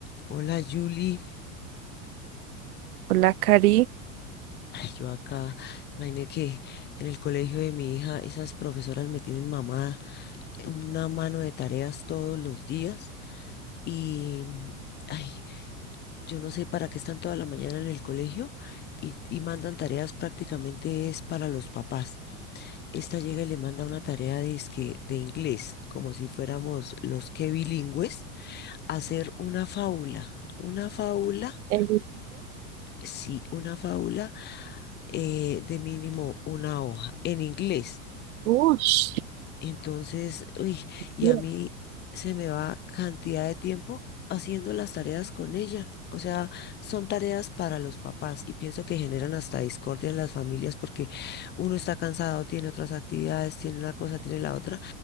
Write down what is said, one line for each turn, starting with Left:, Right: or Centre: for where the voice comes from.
Left: Hola, Julie.
Right: Hola, Cari.
Left: Ay, yo acá, imaginé que en el colegio de mi hija esas profesoras me tienen mamada una mano de tareas todos los días y, ay, yo no sé para qué están toda la mañana en el colegio y, y mandan tareas prácticamente es para los papás. Esta llega y le manda una tarea de, que de inglés, como si fuéramos los que bilingües, hacer una fábula, una fábula
Right: El
Left: Sí, una fábula eh, de mínimo una hoja en inglés.
Right: Bush.
Left: Entonces, uy, y
Right: Mira,
Left: a mí se me va cantidad de tiempo haciendo las tareas con ella. O sea, son tareas para los papás y pienso que generan hasta discordia en las familias porque uno está cansado, tiene otras actividades, tiene una cosa, tiene la otra